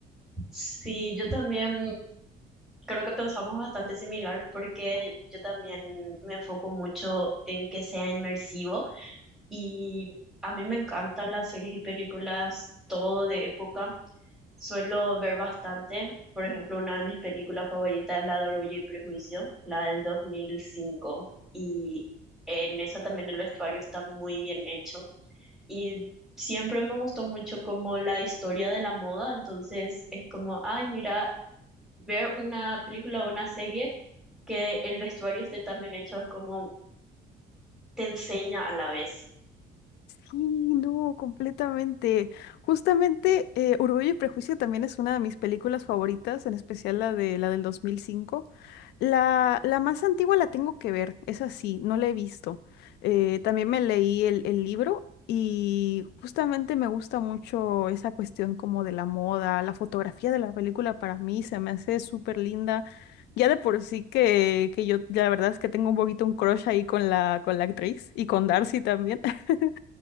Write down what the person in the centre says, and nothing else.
Sí, yo también creo que pensamos bastante similar porque yo también me enfoco mucho en que sea inmersivo y a mí me encantan las series y películas todo de época. Suelo ver bastante. Por ejemplo, una de mis películas favoritas es la de Orgullo y Prejuicio, la del 2005. Y en esa también el vestuario está muy bien hecho. y siempre me gustó mucho como la historia de la moda, entonces es como, ay, mira, ver una película o una serie que el vestuario esté tan bien hecho es como te enseña a la vez.